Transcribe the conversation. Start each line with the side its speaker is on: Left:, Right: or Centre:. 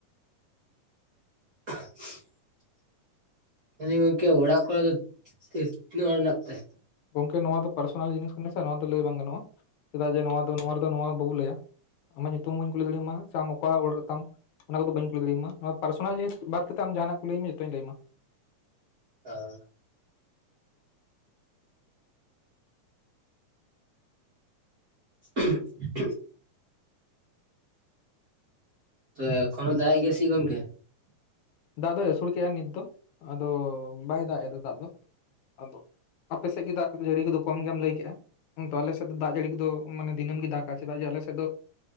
Right: <unintelligible> ᱦᱳᱭ ᱜᱚᱝᱠᱮ ᱚᱲᱟᱜ ᱠᱚᱨᱮ ᱫᱚ ᱛᱤᱱᱟᱹᱜ ᱦᱚᱲ ᱢᱮᱱᱟᱜ ᱯᱮᱛᱮ?
Left: ᱜᱚᱝᱠᱮ ᱱᱚᱣᱟ ᱫᱚ ᱯᱟᱨᱥᱚᱱᱟᱞ ᱡᱤᱱᱤᱥ ᱠᱟᱱᱟ ᱥᱮ, ᱱᱚᱣᱟ ᱫᱚ ᱞᱟᱹᱭ ᱵᱟᱝ ᱜᱟᱱᱚᱜᱼᱟ᱾ ᱪᱮᱫᱟᱜ ᱡᱮ ᱱᱚᱣᱟ ᱫᱚ ᱱᱚᱣᱟ ᱨᱮᱫᱚ ᱱᱚᱣᱟ ᱵᱟᱵᱩ ᱞᱟᱹᱭᱟ ᱾ ᱟᱢᱟᱜ ᱧᱩᱛᱩᱢ ᱵᱟᱹᱧ ᱠᱩᱞᱤ ᱫᱟᱲᱮ ᱟᱢᱟ, ᱥᱮ ᱟᱢ ᱚᱠᱟ ᱚᱲᱟᱜ ᱛᱟᱢ ᱚᱱᱟ ᱠᱚᱫᱚ ᱵᱟᱹᱧ ᱠᱩᱞᱤ ᱫᱟᱲᱮ ᱟᱢᱟ, ᱱᱚᱣᱟ ᱯᱟᱨᱥᱚᱱᱟᱞ ᱡᱤᱱᱤᱥ ᱵᱟᱫ ᱠᱟᱛᱮ ᱟᱢ ᱡᱟᱦᱱᱟᱜ ᱠᱩᱞᱤᱧ ᱢᱮ ᱡᱚᱛᱚᱧ ᱞᱟᱹᱭ ᱟᱢᱟ ᱾
Right: ᱦᱸ <unintelligible> <unintelligible> ᱛᱚ ᱮᱠᱷᱱᱚ ᱫᱟᱜᱮᱜ ᱜᱮᱭᱟ ᱥᱮ ᱜᱚᱝᱠᱮ?
Left: ᱫᱟᱜ ᱫᱚᱭ ᱟᱹᱥᱩᱲ ᱠᱮᱜᱼᱟ ᱱᱤᱛ ᱫᱚ ᱟᱫᱚ ᱵᱟᱭ ᱫᱟᱜ ᱮᱫᱟ ᱫᱟᱜ ᱫᱚ ᱾ ᱟᱫᱚ ᱟᱯᱮ ᱥᱮᱜ ᱜᱮ ᱫᱟᱜ ᱡᱟᱹᱲᱤ ᱠᱚᱫᱚ ᱠᱚᱢ ᱜᱮᱢ ᱞᱟᱹᱭ ᱠᱮᱜᱼᱟ ᱾ ᱦᱩᱛᱚ ᱟᱞᱮ ᱥᱮᱫ ᱫᱚ ᱫᱟᱜ ᱡᱟᱹᱲᱤ ᱠᱚ ᱫᱚ ᱢᱟᱱᱮ ᱫᱤᱱᱟᱹᱢ ᱜᱮ ᱫᱟᱜᱼᱟ ᱾ ᱪᱮᱫᱟᱜ ᱡᱮ ᱟᱞᱮ ᱥᱮᱫ ᱫᱚ,